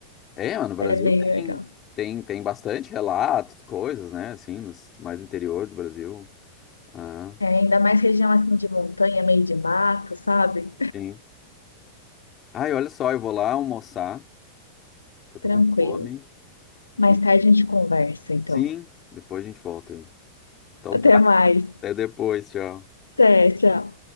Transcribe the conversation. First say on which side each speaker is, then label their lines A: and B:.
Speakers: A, on the left; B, on the left.
A: É, mas no Brasil
B: é bem legal.
A: tem, tem, tem bastante relatos, coisas, né? Assim, nos mais interior do Brasil. Ah,
B: É, ainda mais região assim de montanha, meio de mato, sabe?
A: sim. Ai, olha só, eu vou lá almoçar, que eu tô
B: Tranquilo.
A: com fome.
B: Mais
A: E
B: tarde a gente conversa, então.
A: sim, depois a gente volta aí. Então
B: Até
A: tá,
B: mais.
A: até depois, tchau.
B: Até, tchau.